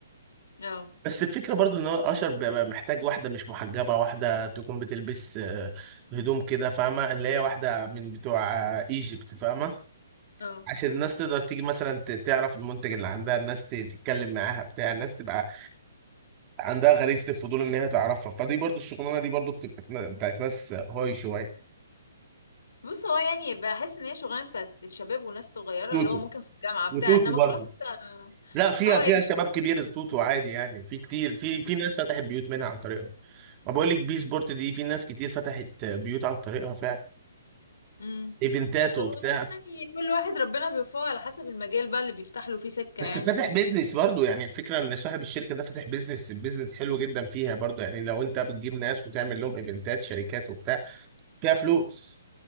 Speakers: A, on the left (about 80°); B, on the right (about 25°).
A: <laughs> اه
B: بس الفكرة برضو ان هو اشر بيبقى محتاج واحدة مش محجبة واحدة تكون بتلبس آه، هدوم كده فاهمة اللي هي واحدة من بتوع آه، ايجيبت فاهمة
A: اه
B: عشان الناس تقدر تيجي مثلا ت- تعرف المنتج اللي عندها الناس ت- تتكلم معاها بتاع الناس تبقى عندها غريزة الفضول ان هي تعرفها فدي برضو الشغلانة دي برضو بتبقى نا- بتاعت ناس هاي شوية
A: بص هو يعني بحس ان هي شغلانة بتاعت الشباب وناس صغيرة
B: توتو
A: اللي هو ممكن في الجامعة بتاع
B: وتوتو
A: انما
B: برضو
A: خلاص انت
B: لا فيها
A: اه
B: فيها
A: يعني
B: شباب كبير توتو عادي يعني في كتير في في ناس فتحت بيوت منها عن طريقهم ما بقول لك بي سبورت دي في ناس كتير فتحت بيوت عن طريقها فعلا
A: اه
B: ايفنتات
A: طب
B: وبتاع
A: والله يعني كل واحد ربنا بيوفقه على حسب المجال بقى اللي بيفتح له فيه سكة
B: بس
A: يعني
B: فاتح
A: و...
B: بيزنس برضو يعني الفكره ان صاحب الشركه ده فاتح بيزنس بيزنس حلو جدا فيها برضو يعني لو انت بتجيب ناس وتعمل لهم ايفنتات شركات وبتاع فيها فلوس